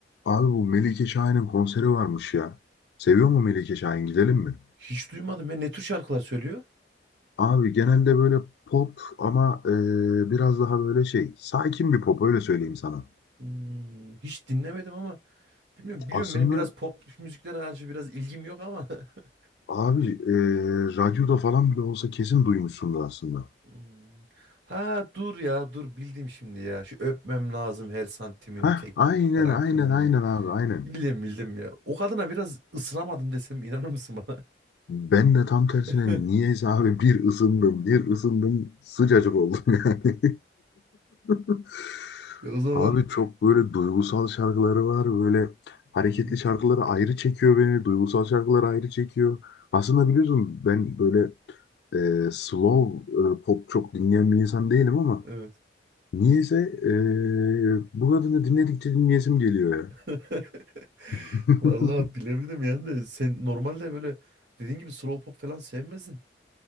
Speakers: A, on the left (about 65°); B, on the right (about 70°).
A: Abi bu Melike Şahin'in konseri varmış ya. Seviyor mu Melike Şahin? Gidelim mi?
B: Hiç duymadım ya. Ne tür şarkılar söylüyor?
A: Abi genelde böyle pop ama e, biraz daha böyle şey sakin bir pop öyle söyleyeyim sana.
B: Hmm, hiç dinlemedim ama bilmiyorum. Biliyorum
A: Aslında
B: benim biraz pop müziklere karşı biraz ilgim yok ama. <laughs>
A: abi e, radyoda falan bile olsa kesin duymuşsundur aslında.
B: Hmm. Ha dur ya dur bildim şimdi ya. Şu öpmem lazım her santimini
A: Heh
B: tek
A: aynen
B: tek falan
A: aynen
B: filan
A: aynen
B: diye.
A: abi aynen.
B: Bildim bildim ya. O kadına biraz ısınamadım desem inanır mısın bana?
A: Ben de tam tersine
B: <laughs>
A: niyeyse abi bir ısındım bir ısındım sıcacık oldum yani. <laughs>
B: Ya O zaman
A: Abi çok böyle duygusal şarkıları var. Böyle hareketli
B: Hı hı,
A: şarkıları ayrı çekiyor beni. Duygusal şarkıları ayrı çekiyor. Aslında biliyorsun ben böyle e, slow e, pop çok dinleyen bir insan değilim ama
B: evet.
A: niyeyse e, bu kadını dinledikçe dinleyesim geliyor ya.
B: <laughs>
A: <laughs>
B: Vallahi bilemedim yani de sen normalde böyle dediğin gibi slow pop falan sevmezsin.